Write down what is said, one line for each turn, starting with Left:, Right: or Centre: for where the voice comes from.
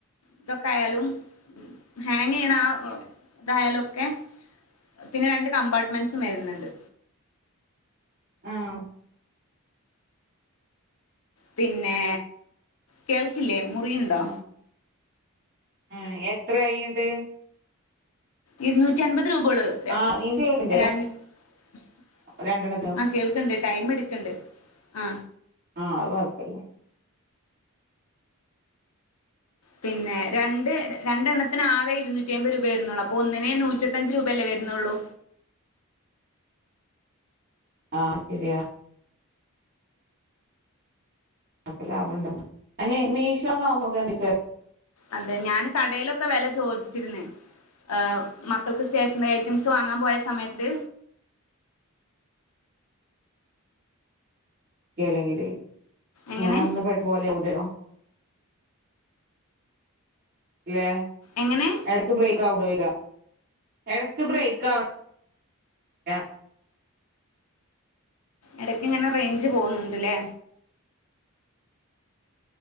Left: ഇതൊക്കെ ആയാലും ഉം ഹാങ്ങ്‌ ചെയ്യണ ആ ഇതായാലൊക്കെ പിന്നെ രണ്ട് കമ്പാർട്ട്മെന്റസും വരുന്നുണ്ട്
Right: ആഹ്
Left: പിന്നെ കേൾക്കില്ലേ മുറിയുണ്ടോ?
Right: ആഹ് ആഹ് എത്ര കഴിഞ്ഞിട്ട്
Left: ഇരുനൂറ്റി അമ്പ ത് രൂപ <unintelligible>
Right: ആഹ് ഇന്റെ കേൾക്ക്ണ്ട് രണ്ടെണ്ണത്തിനും
Left: ആഹ് കേൾക്കനുണ്ട് ടൈം എടുക്കണ്ട് ആ
Right: ആ അത് കൊഴപ്പമില്ല
Left: പിന്നെ രണ്ട് ന്റെ രണ്ടണ്ണത്തിന് ആകെ ഇരുന്നൂ നൂറ്റിഎമ്പത് രൂപയെ വരുന്നുള്ളൂ അപ്പൊ ഒന്നിന് നൂറ്റിഇരുപത്തഞ്ച് രൂപയല്ലേ വരുന്നുള്ളൂ
Right: ആഹ് ശരിയാ അപ്പൊ ലാഭം ഇണ്ടാവും അയിന് മീഷോ ന്നാവുമ്പോക്കെന്തേച്ചാല്
Left: അതെ ഞാന് കടയിലൊക്കെ വെല ചോദിച്ചിര്ന്ന് ഏ മക്കൾക്ക് സ്റ്റേഷനറി ഐറ്റംസ് വാങ്ങാൻ പോയ സമയത്ത്
Right: കേലെങ്കില്
Left: എങ്ങനെ
Right: ഞൻ അന്ന് പെട്ടു പോല ലനോ <unintelligible> അല്ലെ
Left: എങ്ങനെ
Right: അടുത്ത് ബ്രേക്ക്ഔടയി എടക്ക് ബ്രേക്ക് ആവണം <unintelligible>
Left: ഇടക്ക ഇങ്ങനെ റേഞ്ച് പോകുന്നുണ്ട്ല്ലേ?